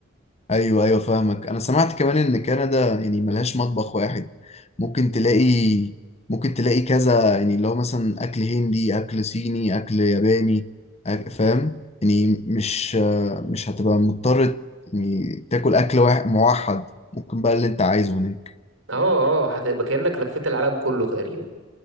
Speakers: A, on the left; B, on the right.
A: أيوه أيوه فاهمك أنا سمعت كمان إن كندا يعني ملهاش مطبخ واحد ممكن تلاقي ممكن تلاقي كذا يعني اللي هو مثلا أكل هندي أكل صيني أكل ياباني أك- فاهم؟ يعني مش مش هتبقى مضطر يعني تاكل أكل واحد موحد ممكن بقى اللي أنت عايزه هناك
B: اه اه هتبقى كأنك لفيت العالم كله تقريبا